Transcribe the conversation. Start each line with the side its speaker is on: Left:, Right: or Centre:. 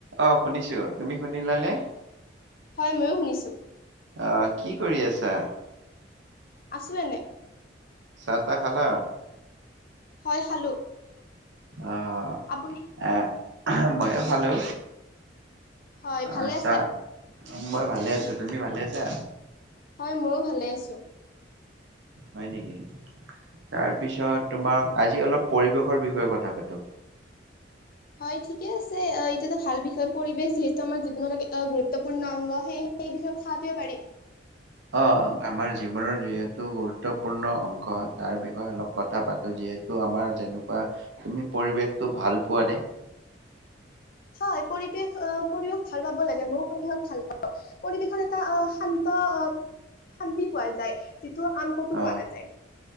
Right: আহ, শুনিছো। তুমি শুনিলানে?
Left: হয়, ময়ো শুনিছো।
Right: আহ, কি কৰি আছা?
Left: আছো এনে।
Right: চাহ-তা খালা?
Left: হয় খালো।
Right: অ',
Left: আপুনি
Right: আহ ময়ো খালো।
Left: হয়,
Right: আহ
Left: ভালে
Right: চাহ
Left: আছে?
Right: মই ভালে আছো, তুমি ভালে আছা?
Left: হয়, মইও ভালে আছো।
Right: হয় নেকি? তাৰ পিছত তোমাৰ, আজি অলপ পৰিৱেশৰ বিষয়ে কথা পাতো।
Left: হয় ঠিকে আছে, এইটো এটা ভাল বিষয়, পৰিৱেশ যিহেতু আমাৰ জীৱনত গুৰুত্বপূৰ্ণ অংগ। সে-সেই বিষয়ে কথা পাতিব পাৰি।
Right: অ', আমাৰ জীৱনৰ যিহে গুৰুত্বপূৰ্ণ অংশ তাৰ বিষয়ে অলপ কথা পাতো, যিহেতু আমাৰ যেনেকুৱা তুমি পৰিৱেশটো ভাল পোৱা নে?
Left: হয়, পৰিৱেশ আহ, পৰিৱেশ ভাল পাব লাগে, মইও পৰিৱেশ ভাল পওঁ, পৰিৱেশত এটা অ', শান্ত অ', শান্তি পোৱা যায়। যিটো আন ক'তো
Right: অ
Left: পোৱা নাযায়।